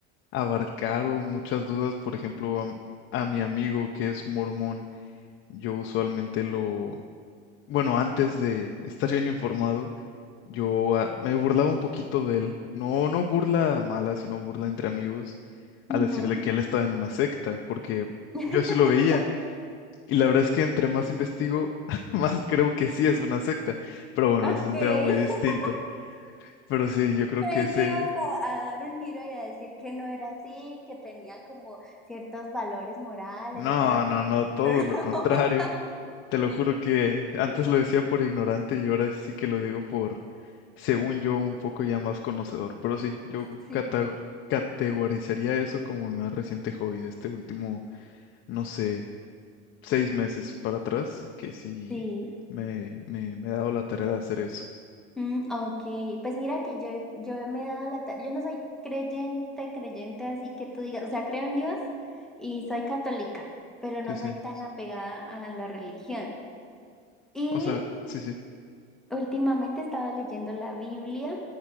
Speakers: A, on the left; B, in the centre.
A: abarcar o muchas dudas. Por ejemplo, a, m- a mi amigo que es mormón, yo usualmente lo, bueno, antes de estar bien <laughs> informado, yo ah, me burlaba un poquito de él. No, no burla mala, sino burla entre amigos al
B: ujú.
A: decirle que él estaba en una secta, porque
B: <laughs>
A: yo así lo veía. Y la verdad es que entre más investigo, <laughs> más creo que sí es una secta. Pero bueno,
B: Ok,
A: ese es un
B: <laughs>
A: tema muy distinto. Pero sí, yo creo
B: creí
A: que ese...
B: que ibas a, a dar un giro y a decir que no era así, que tenían como ciertos valores morales
A: No,
B: o cosas,
A: no, no, todo
B: pero
A: lo contrario.
B: no. <laughs>
A: Te lo juro que antes lo decía por ignorante y ahora sí que lo digo por, según yo, un poco ya más conocedor. Pero sí, yo
B: Sí.
A: cata- categorizaría eso como mi más reciente hobby de este último, no sé, seis meses para atrás, que sí
B: Sí.
A: me, me, me he dado la tarea de hacer eso.
B: Mm, ok, pues mira que yo, yo me he dado la tarea, yo no soy creyente, creyente, así que tú digas, o sea, creo en Dios y soy católica, pero
A: Sí,
B: no
A: sí.
B: soy tan apegada a la religión. Y
A: O sea, sí, sí.
B: últimamente he estado leyendo la Biblia,